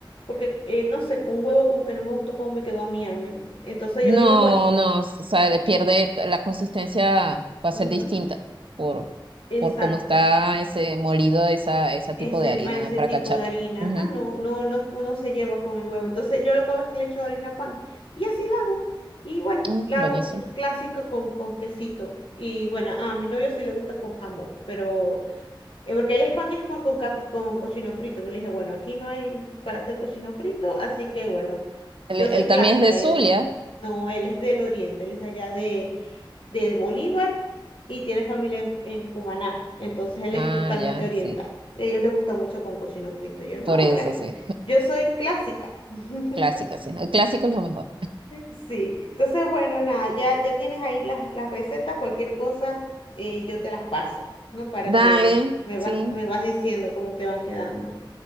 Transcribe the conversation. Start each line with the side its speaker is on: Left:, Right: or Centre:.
Left: porque, eh, no sé, con huevo como que no me gustó cómo me quedó a mí al menos. Entonces
Right: No,
Left: yo dije, bueno,
Right: no, o sea, le pierde la consistencia, va a
Left: ujú,
Right: ser distinta por,
Left: exacto,
Right: por cómo está ese molido, esa, ese tipo
Left: ese,
Right: de harina
Left: a ese
Right: para
Left: tipo
Right: cachapa.
Left: de harina,
Right: Ujú.
Left: ajá, no, no, no, no se lleva con el huevo. Entonces yo lo que hago es que le echo harina pan y así la hago. Y bueno,
Right: Mm,
Left: la
Right: buenísimo.
Left: hago pues, clásica con, con quesito. Y bueno, a mi novio sí le gusta con jamón, pero Eh, Porque el pan es con, con, caf- con cochino frito. Yo le dije, bueno, aquí no hay para hacer cochino frito, así que bueno,
Right: Él,
Left: yo
Right: él
Left: soy clásica,
Right: también es de
Left: le
Right: Zulia.
Left: dije. No, él es del oriente, él es de allá de, de Bolívar y tiene familia en, en Cumaná, entonces él
Right: Ah,
Left: es totalmente
Right: ya,
Left: oriental.
Right: sí.
Left: A ellos les gusta mucho con cochino frito. Yo, no,
Right: Por eso,
Left: gracias.
Right: sí.
Left: Yo soy clásica. <laughs>
Right: Clásico, sí. El clásico es lo mejor.
Left: Sí, entonces bueno, nada, ya, ya tienes ahí las, las recetas, cualquier cosa eh, yo te las paso, ¿no? Para
Right: Dale,
Left: que me
Right: sí.
Left: vas, me vas diciendo cómo te van quedando.